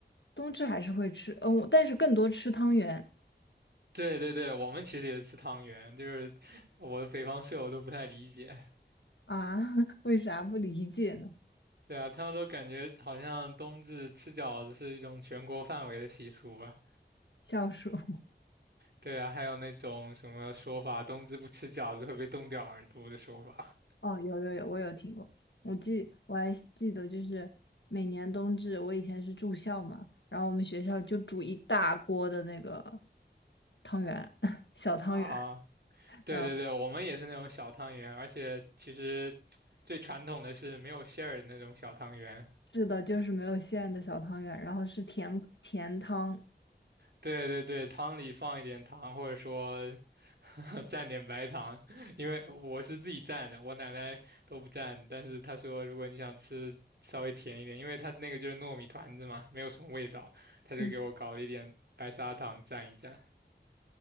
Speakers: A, on the left; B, on the right.
A: 冬至还是会吃，嗯、但是更多吃汤圆
B: 对对对，我们其实也是吃汤圆，就是 <laughs> 我的北方室友都不太理解。
A: 啊，<laughs> 为啥不理解呢？
B: 对啊，他们都感觉好像冬至吃饺子是一种全国范围的习俗吧？
A: 笑鼠。
B: 对啊，还有那种什么说法，冬至不吃饺子会被冻掉耳朵的说法
A: 哦，有有有，我有听过。我记我还记得，就是每年冬至，我以前是住校嘛，然后我们学校就煮一大锅的那个汤圆，<laughs> 小汤圆，
B: 啊。对对对，
A: 然后
B: 我们也是那种小汤圆，而且其实最传统的是没有馅儿的那种小汤圆。
A: 是的，就是没有馅的小汤圆，然后是甜甜汤。
B: 对对对，汤里放一点糖，或者说 <laughs> 蘸点白糖，因为我是自己蘸的，我奶奶都不蘸，但是她说如果你想吃稍微甜一点，因为它那个就是糯米团子嘛，没有什么味道，她就给我搞了一点白砂糖蘸一蘸。
A: 嗯，